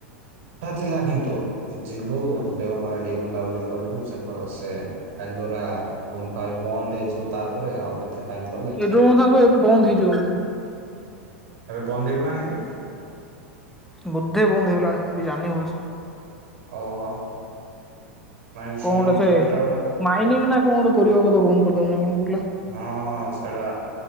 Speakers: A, on the right (about 55°); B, in the centre.
A: ହଁ ଥିଲା କିନ୍ତୁ, ଯିବୁ ଦେଓମାଳ ଟିକେ ବୁଲାବୁଲି କରିବୁ ସେପଟ ସେ ଏଲୋରା ଏ ଗୁମ୍ଫା ବି ବନ୍ଦ ହେଇଯିବ ତାପରେ ଆଉ କେତେ ଟାଇମ କଲେ
B: <unintelligible> ଏବେ ବନ୍ଦ ହେଇଯିବ ବୋଧେ।
A: ଏବେ ବନ୍ଦ୍ ହେଇଗଲାଣିକି?
B: ବୋଧେ ବନ୍ଦ୍ ହେଇଗଲାଣି, ମୁଁ ବି ଜାଣିନି ଭଲସେ।
A: ଓହୋଃ, ନାଇଁ
B: କଣ
A: ଶୁଣୁଥିଲେ
B: ଗୋଟେ ସେ
A: ଏଇଟା ଗୋଟେ।
B: ମାଇନିଂ ନା କଣ ଗୋଟେ କରିବ ବୋଧେ ବନ୍ଦ କରିଦବ ନା କଣ ଆଉ।
A: ହଁଅ-ଅ ସେଇଟା